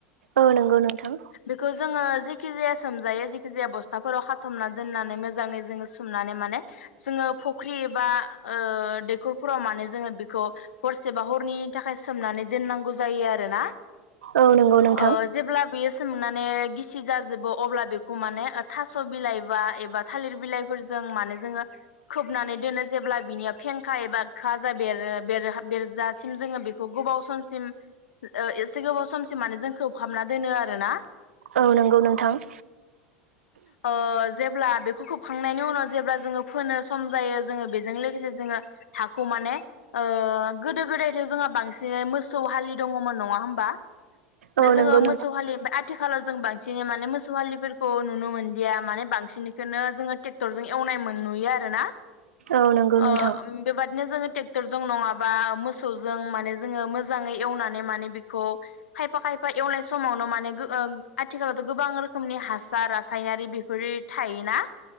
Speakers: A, on the right; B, on the left.
A: औ नोंगौ नोंथां।
B: बेखौ जोङो जेखि जाया सोमजायो जेखि जाया बस्थाफोराव खाथबना दोननानै मोजाङै जोङो सोमनानै माने जोङो फुख्रि एबा ओ दैखरफोराव माने जोङो बेखौ। हरसेबा हरनैनि थाखाय सोमनानै दोननांगौ जायो आरोना
A: औ नंगौ नोंथां
B: ओ जेब्ला बेयो सोमनानै। गिसि जाजोबो अब्ला बेखौ माने थास' बिलाइ बा एबा थालिर बिलाइफोरजों माने जोङो खोबनानै दोनो जेब्ला बिनियाव फेंखा एबा खाजा बेरो बेर-बेरजासिम जोङो बेखौ गोबाव समसिम ओ एसे गोबाव समसिम माने जों खो खोबहाबना दोनो आरोना।
A: औ नंगौ नोंथां।
B: ओ जेब्ला बेखौ खोबखांनायनि उनाव जेब्ला जोङो फोनो सम जायो जोङो बेजों लोगोसे जोङो हाखौ माने ओ गोदो गोदायथ' जोंहा बांसिनै मोसौ हालि दङमोन नङा होमबा? बे
A: औ
B: जोङो
A: नंगौ नोंथां
B: मोसौ हालि थिखालाव जों बांसिनै माने मोसौ हालिफोरखौ। नुनो मोनदिया माने बांसिनखौनो जोङो ट्रेक्टरजों एवनाय मोन नुयो आरोना
A: औ नंगौ नोंथां
B: ओ बेबादिनो जोङो ट्रेक्टरजों नङाबा। मोसौजों माने जोङो मो मोजाङै एवनानै माने बिखौ खायफा खायफा एवनाय समावनो माने गो ओं आथिखालावथ गोबां रोखोमनि हासार रासायनारि बेफोर थायोना